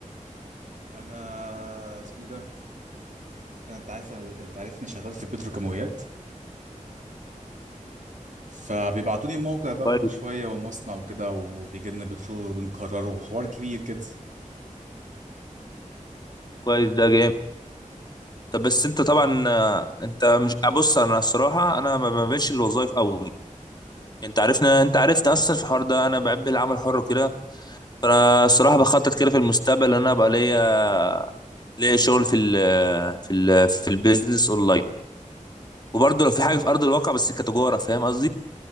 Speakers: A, on the right; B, on the left.
A: انا اسمه ايه ده انا انت عارف أنا... انت عارفني شغال في البتروكيماويات فبيبعتوا لي موقع بقى
B: كويس
A: كل شوية والمصنع وكده وبيجي لنا بترول وبنكرره حوار كبير كده
B: كويس ده جامد طب بس أنت طبعا آه، أنت مش بص أنا الصراحة أنا ما بعملش الوظائف أوي انت عارفنا انت عرفت اصلا في الحوار ده انا بحب العمل الحر كده فانا الصراحه بخطط كده في المستقبل ان انا ابقى ليا ليا شغل في ال في ال في البيزنس اونلاين وبرضه لو في حاجه في ارض الواقع بس كتجاره فاهم قصدي